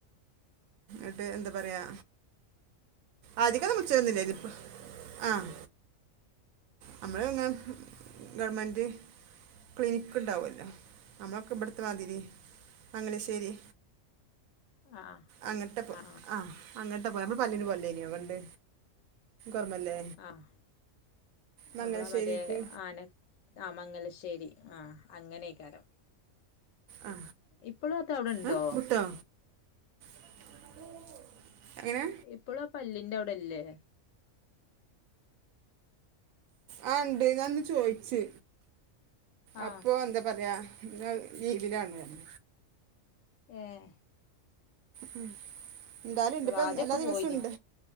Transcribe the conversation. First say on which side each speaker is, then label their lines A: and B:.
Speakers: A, on the right (about 85°); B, on the left (about 75°).
A: ഇട്ട്ഹ് എന്താ പറയാ അദിക്കെന്നു വിൽചേല്ല്യാര്ന്നില്ല ഇത്പ്പ ആഹ് നമ്മള് ഇങ്ങനെ ഗവൺമെന്റ് ക്ലിനിക്ക്ണ്ടാവൊല്ലോ നമ്മളൊക്കെ ഇബട്ത്തെമാതിരി മംഗലശ്ശേരി
B: ആ
A: അങ്ങൻട്ടൊപ്പോ
B: ആ
A: ആഹ് അങ്ങൻട്ടൊപ്പോ ആ നമ്മള് പല്ലിന് പല്യേനോ പണ്ട് ഓർമ്മല്ലേ
B: ആഹ്
A: മംഗലശ്ശേരിക്ക്
B: അമ്മെളെ മറ്റേ ആനെ ആഹ മംഗലശ്ശേരി ആ അങ്ങനേക്കാരം
A: ആ
B: ഇപ്പളും അത് അവിടെണ്ടോ
A: ഉം ബ്ട്ടോ <inaudible> എങ്ങനേ
B: ഇപ്പളും ആ പല്ലിന്റെ ഔടല്‌യേ?
A: ആ ഇണ്ട് ഞാന്ന് ചോയിച്ച്
B: ആ
A: അപ്പൊ എന്താ പറ്യാ! എന്നാഹ് ഇതിനാണർഞ്ഞ്
B: ഏഹ്
A: ഉം ന്താലും ഇണ്ട് ഇപ്പൊ
B: ആദ്യൊക്കെ
A: എല്ലാ ദിവസുണ്ട്
B: പോയിനി